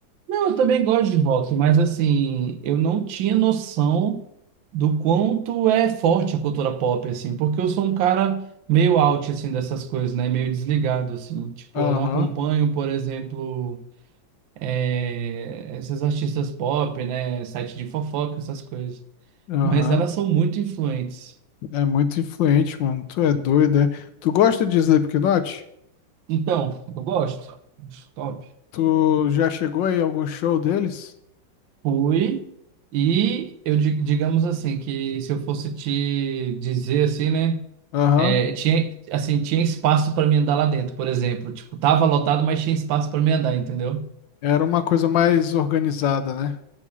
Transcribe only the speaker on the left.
Aham,
aham.
É muito influente, mano. Tu é doido, é? Tu gosta de Slipknot?
Tu já chegou aí a algum show deles?
Aham.
Era uma coisa mais organizada, né?